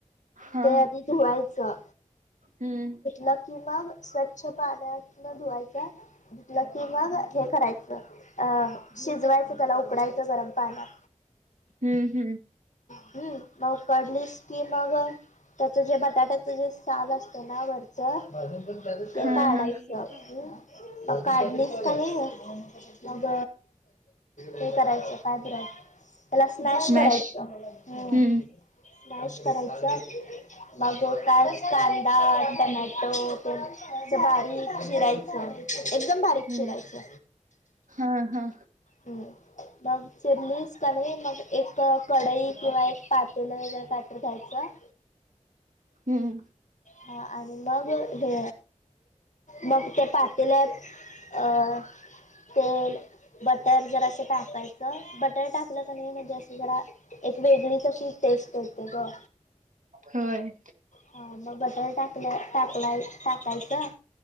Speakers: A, on the right; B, on the left.
A: हा
B: ते आधी धुवायचं.
A: हम्म
B: लं कि मग स्वच्छ पाण्यात न धुवायच. घलं की मग हे करायचं अ शिजवायचं त्याला उकडायचं गरम पाण्यात.
A: हम्म हम्म
B: हम् म ते उकडलीस की मग त्याच जे बटाट्याच जे साल असत ना वर ते
A: हा
B: काढायचं
A: हा हम्म
B: काढलीस कणी <inaudible> मग हे करायचं काय बर. तेला स्मॅश करायचं
A: मॅश
B: हम
A: हम्म
B: स्मॅश करायच. मग त्यात कांदा टमॅटो तेन ते बारीक चिरायचं एकदम बारीक
A: हम्म
B: चिरायचं.
A: हा हा
B: हम्म मग चिरलीस का नाही मग एक कडई किंवा एक पातेल वगैरे का घ्यायच.
A: हम्म
B: हा आणि मग हे. मग त्या पातेल्यात अ तेल बटर जरासं टाकायचं बटर टाकलं कनी म्हणजे असं जरा एक वेगळीच अशी टेस्ट होते ग.
A: होय.
B: हा मग बटर टाकल टाकलाय टाकायचं.